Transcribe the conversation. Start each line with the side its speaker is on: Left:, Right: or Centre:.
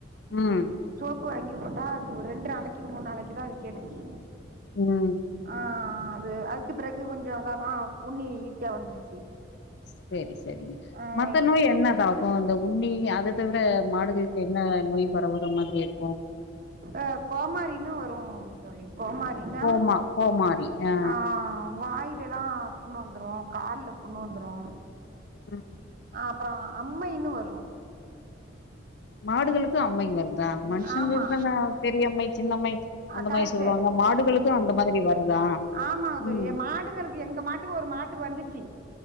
Left: ம்
Right: சோப்பு வாங்கி போட்டா அது ரெண்டு நாளைக்கு மூணு நாளைக்கு தா அ கேட்டுச்சு
Left: உம்
Right: ஆ அது அதுக்கு பிறகு கொஞ்சோ அதாதா உண்ணி ஈஸியா வந்துருச்சு
Left: ச சேரி சேரிங்க
Right: ஆ
Left: மத்த நோய்
Right: இப்
Left: என்னதா இப்ப அந்த உண்ணி அத தவிர மாடுகளுக்கு என்ன நோய் பரவுற மாதிரி இருக்கு
Right: அஹ கோமாரினு வரும் தோழி கோமாரினா
Left: கோமா கோமாரி ஆ
Right: ஆஹ் வாய்லல்லா புண்ணு வந்துறு கால்ல புண்ணு வந்துறு
Left: உம்
Right: ஆஹ் அப்றோ அம்மா இன்னு வருவாங்
Left: மாடுகளுக்கு அம்மா இங்க வரனு அதா மனுஷங்களுக்குதான
Right: ஆமா
Left: பெரியம்மை சின்னம்மை அந்த
Right: அ கரெக்ட்டு
Left: மாரி சொல்லுவாங்க மாடுகளுக்கு அந்த மாதிரி வருதா
Right: ஆமாங் அது
Left: ம்
Right: எங்க மாடுங்களுக்கு எங்க மாட்டுக்கு ஒரு மாட்டுக்கு வந்துச்சு